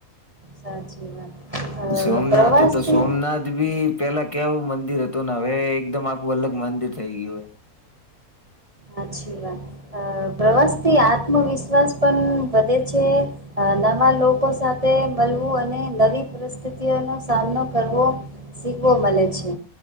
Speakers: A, on the right; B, on the left.
A: સાચી વાત અ
B: સોમનાથ
A: પ્રવાસથી
B: તો સોમનાથ ભી પેલા કેવું મંદિર હતું ને હવે એકદમ આખું અલગ મંદિર થઈ ગયું હે.
A: સાછી વાત પ્રવાસથી આત્મવિશ્વાસ પણ વધે છે. અ નવા લોકો સાથે મળવું અને નવી પરિસ્થિતિઓનોો સામનો કરવો શીખવો મલે છે.